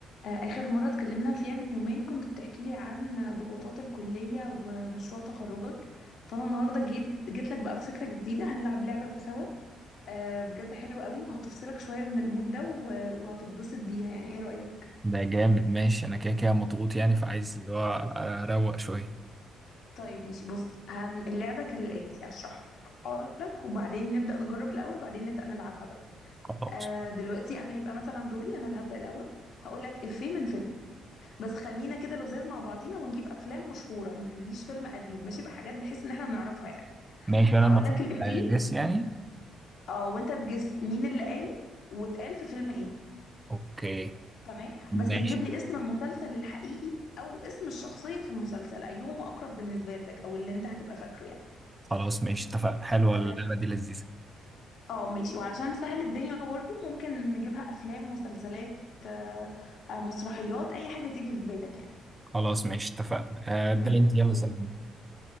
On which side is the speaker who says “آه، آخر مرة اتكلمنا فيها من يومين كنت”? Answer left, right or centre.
Left